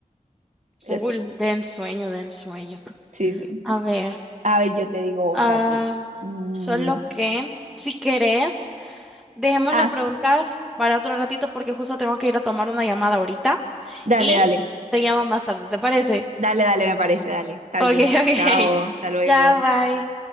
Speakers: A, in the centre; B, on the right (about 60°).
A: full,
B: pero sí,
A: de ensueño, de ensueño.
B: sí, sí.
A: A ver,
B: A ver, yo te digo otra
A: ah,
B: a ti. Mm,
A: solo que, si querés, dejemos
B: Ah,
A: las preguntas para otro ratito porque justo tengo que ir a tomar una llamada ahorita
B: dale,
A: y
B: dale,
A: te llamo más tarde, ¿te parece?
B: dale, dale, me parece, dale, está
A: Ok,
B: bien.
A: <laughs> ok.
B: Chao, hasta luego.
A: Chao, bye.